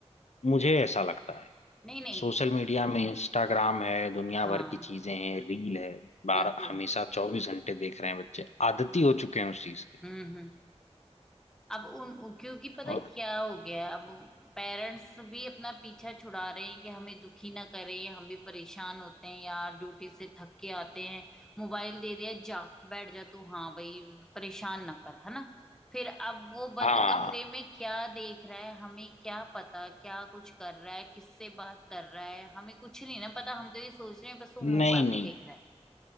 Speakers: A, on the left (about 80°); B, in the centre.
A: मुझे ऐसा लगता है
B: नहीं नहीं
A: सोशल मीडिया में इंस्टाग्राम है दुनिया
B: हाँ
A: भर की चीजें हैं रील है बार
B: बिल्कुल
A: हमेशा चौबीस घंटे देख रहे हैं बच्चे आदती हो चुके हैं उस चीज के
B: हम्म हम्म अब उन उन- क्योंकि पता
A: और
B: क्या हो गया है, अब पेरेंट्स भी अपना पीछा छुड़ा रहे हैं कि हमें दुखी ना करें हम भी परेशान होते हैं यार ड्यूटी से थक के आते हैं मोबाइल दे दिया जा बैठ जा तू हाँ भाई परेशान ना कर है ना फिर अब वो बंद
A: हाँ
B: कमरे में क्या देख रहा है हमें क्या पता क्या कुछ कर रहा है किससे बात कर रहा है हमें कुछ नहीं ना पता हम तो ये सोच रहे हैं बस वो
A: नहीं
B: मोबाइल
A: नहीं
B: देख रहा है